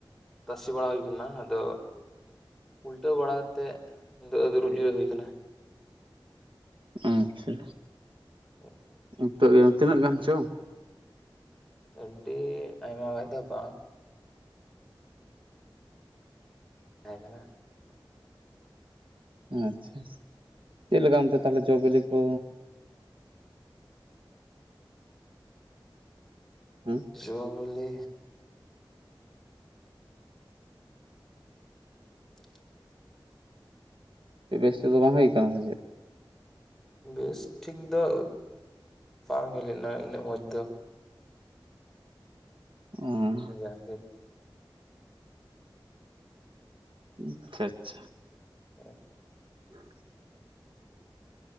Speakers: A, in the centre; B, on the right.
A: ᱛᱟᱥᱮ ᱵᱟᱲᱟ ᱦᱩᱭ ᱠᱟᱱᱟ, ᱟᱫᱚ ᱩᱞᱴᱟᱹᱣ ᱵᱟᱲᱟ ᱠᱟᱛᱮᱫ ᱫᱚ ᱫᱩ ᱫᱩᱲᱩᱵ ᱡᱤᱛᱟᱹᱣ ᱦᱩᱭ ᱟᱠᱟᱱᱟ᱾
B: ᱟᱪᱪᱷᱟ
A: ᱦᱮᱸ
B: ᱱᱤᱛᱚᱜ ᱜᱮ ᱛᱤᱱᱟᱹᱜ ᱜᱟᱱ ᱪᱚᱝ
A: ᱟᱹᱰᱤ ᱟᱭᱢᱟ ᱜᱟᱱ ᱫᱚ ᱵᱟᱝ ᱛᱟᱦᱮᱸ ᱠᱟᱱᱟ᱾
B: ᱟᱪᱪᱷᱟ ᱪᱷᱟ ᱪᱮᱫ ᱞᱮᱠᱟ ᱚᱱᱛᱮ ᱛᱟᱦᱚᱞᱮ ᱡᱚ ᱵᱤᱞᱤ ᱠᱚ? ᱦᱮᱸ
A: ᱡᱚ ᱵᱤᱞᱤ <inaudible>
B: ᱵᱮᱥ ᱛᱮᱫᱚ ᱵᱟᱝ ᱦᱩᱭ ᱟᱠᱟᱱᱟ ᱥᱮ ᱪᱮᱫ?
A: ᱵᱮᱥᱴᱷᱤᱠ ᱫᱚ ᱵᱟᱝ ᱦᱩᱭ ᱞᱮᱱᱟ ᱩᱱᱟᱹᱜ ᱢᱚᱸᱡᱽ ᱫᱚ᱾
B: ᱚᱸ
A: ᱡᱟᱜᱮ
B: ᱟᱪᱪᱷᱟ ᱪᱷᱟ
A: ᱦᱮᱸ
B: <inaudible>